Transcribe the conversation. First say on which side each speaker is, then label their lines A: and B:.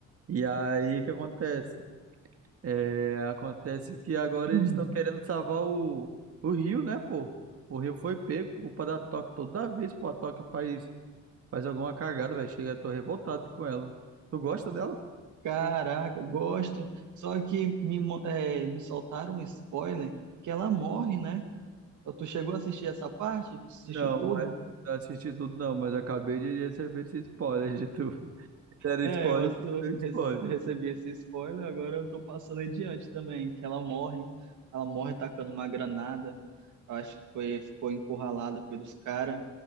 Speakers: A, on the right (about 50°); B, on the right (about 75°).
A: E aí, o que acontece? É, acontece que agora
B: <clears throat>
A: eles estão querendo salvar o, o Rio, né, pô? O Rio foi pego por culpa da Tóquio toda vez, pô. A Tóquio faz Faz alguma cagada, velho. Chega, tô revoltado com ela. Tu gosta dela?
B: Caraca, gosto. Só que me, mo- é, me soltaram um spoiler que ela morre, né? Tu chegou a assistir essa parte? Tu assistiu
A: Não,
B: tudo?
A: mas não assisti tudo não, mas acabei de receber esse spoiler de tu. <laughs> Era
B: É,
A: spoiler,
B: eu, ass-
A: tu
B: eu
A: me deu
B: rece-
A: spoiler.
B: recebi esse spoiler, agora eu tô passando em diante também, que ela morre. Ela morre tacando uma granada. Eu acho que foi, ficou encurralada pelos caras